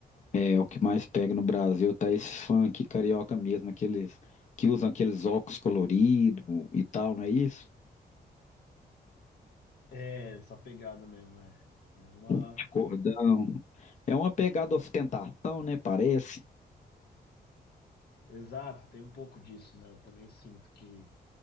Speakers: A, on the left; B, on the left.
A: é o que mais pega no Brasil, tá esse funk carioca mesmo, aqueles que usam aqueles óculos coloridos e tal, não é isso?
B: É, essa pegada mesmo, é. É uma.
A: De cordão. É uma pegada ostentação, né? Parece.
B: Exato, tem um pouco disso, né? Eu também sinto que